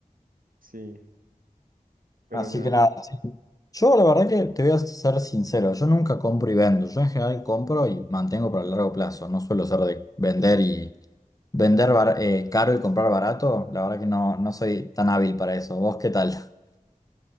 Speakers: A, on the right; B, on the left.
A: Sí, pero
B: Así
A: nada.
B: que nada, sí. Yo la verdad que te voy a ser sincero, yo nunca compro y vendo, yo en general compro y mantengo para el largo plazo, no suelo ser de vender y vender bar- eh, caro y comprar barato, la verdad que no, no soy tan hábil para eso. ¿Vos qué tal? <laughs>